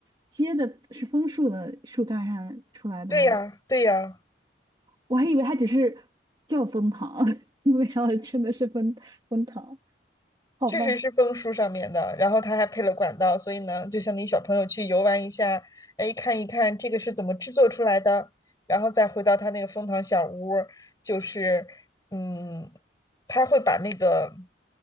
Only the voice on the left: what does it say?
对呀，对呀，
确实是枫树上面的，然后它还配了管道，所以呢，就像你小朋友去游玩一下，哎，看一看这个是怎么制作出来的，然后再回到他那个蜂糖小屋就是，嗯，他会把那个，